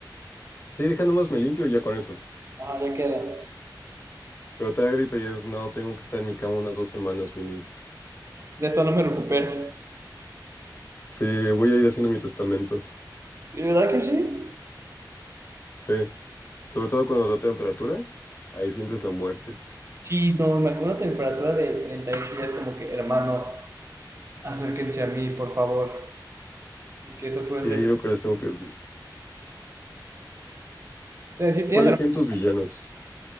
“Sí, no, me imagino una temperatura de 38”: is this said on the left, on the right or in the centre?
Right